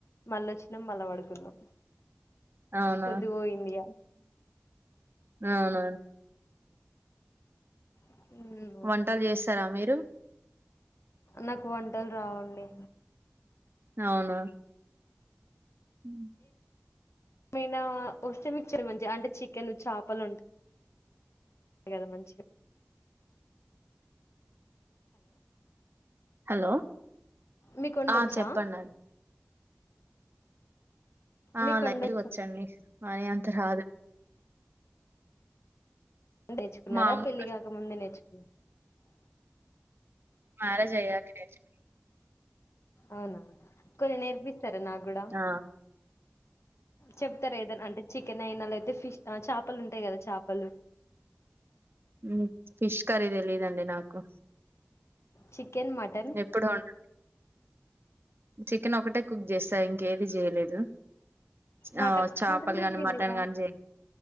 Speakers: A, on the left; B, on the right.
A: మళ్ళీ వచ్చినాం మళ్ళా పడుకున్నాం
B: అవునా
A: పొద్దు పోయింది
B: అవున
A: ఇగ
B: వంటలు చేస్తారా మీరు
A: నాకు వంటలు రావండి
B: అవునా ఉ
A: మయినా వస్తే మంచి అంటే చికెన్ చేపలు ఉంటా అదే కదా మంచిగ
B: హలో
A: మీకు వండొచ్చా
B: ఆ చెప్పండి అం ఆ
A: మీకు వండొచ్చా
B: <unintelligible> వచ్చండి మరి అంత రాదు
A: నేర్చుకున్నార
B: మామూలు
A: పెళ్లి కాక ముందే నేర్చుకు ఓ
B: మ్యారేజ్ అయ్యాకే నేర్చుకో
A: అవునా కొన్ని నేర్పిస్తారా నాక్కూడా
B: ఆ
A: చెప్తారా ఏదనా అంటే చికెన్ అయిన లేతే ఫిష్ ఆ చేపలు ఉంటాయి కదా చేపలు
B: హ్మ్ ఫిష్ కర్రీ తెలిదండి నాకు
A: చికెన్ మటన్
B: ఎప్పుడు వండ చికెన్ ఒకటే కుక్ చేస్తా. ఇంకేది చేయలేదు.
A: మటన్
B: ఆ చేపలు
A: మటన్ కూడా
B: గాని
A: చేయలేదా
B: మటన్ గాని చేయను.